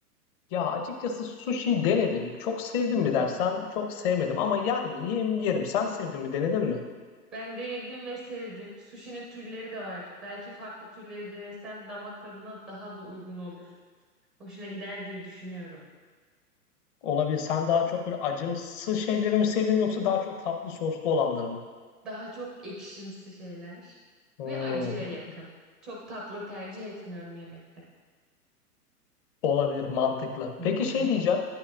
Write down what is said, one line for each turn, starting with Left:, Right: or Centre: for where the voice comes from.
Left: Ya açıkçası sushi denedim. Çok sevdim
Centre: Hı
Left: mi dersen çok sevmedim ama yer miyim yerim. Sen sevdin mi denedin mi?
Centre: Ben denedim ve sevdim. Sushi'nin türleri de var. Belki farklı türleri denesen damak tadına daha da uygun olur. Hoşuna gider diye düşünüyorum.
Left: Olabilir. Sen daha çok böyle acımsı şeyleri mi seviyorsun yoksa daha çok tatlı soslu olanları mı?
Centre: Daha çok ekşimsi şeyler
Left: Hmm,
Centre: ve acıya yakın. Çok tatlı tercih etmiyorum yemekte.
Left: olabilir mantıklı.
Centre: Hı
Left: Peki
Centre: hı.
Left: şey diyeceğim.